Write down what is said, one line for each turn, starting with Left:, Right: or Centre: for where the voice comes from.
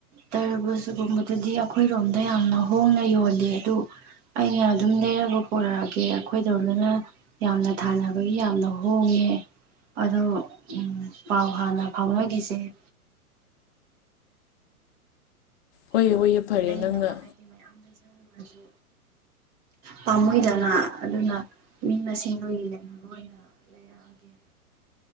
Right: ꯇꯔꯕ ꯁꯤꯒꯨꯝꯕꯗꯗꯤ ꯑꯩꯈꯣꯏꯔꯣꯝꯗ ꯌꯥꯝꯅ ꯍꯣꯡꯅ ꯌꯣꯜꯂꯤꯦ ꯑꯗꯨ ꯑꯩꯅ ꯑꯗꯨꯝ ꯂꯩꯒ ꯄꯔꯛꯑꯒꯦ ꯑꯩꯈꯣꯏꯗꯣꯝꯗꯅ ꯌꯥꯝꯅ ꯊꯥꯅꯕꯒꯤ ꯌꯥꯝꯅ ꯍꯣꯡꯉꯦ ꯑꯗꯣ ꯄꯥꯎ ꯍꯥꯟꯅ ꯐꯥꯎꯅꯈꯤꯁꯤ ꯑꯦ
Left: ꯍꯣꯏꯌꯦ
Right: ꯄꯨꯂꯞ
Left: ꯍꯣꯏꯌꯦ ꯐꯔꯦ
Right: ꯂꯩꯅꯕ
Left: ꯅꯪꯅ
Right: ꯍꯥꯏꯗꯤ ꯃꯌꯥꯝ ꯂꯩ ꯪꯁꯨ ꯄꯥꯝꯃꯣꯏꯗꯅ ꯑꯗꯨꯅ ꯃꯤ ꯃꯁꯤꯡ ꯃꯁꯤꯡꯗꯨꯣꯏ ꯌꯦ ꯂꯩꯕ ꯑꯣꯏꯅ ꯂꯩꯔꯛꯑꯒꯦ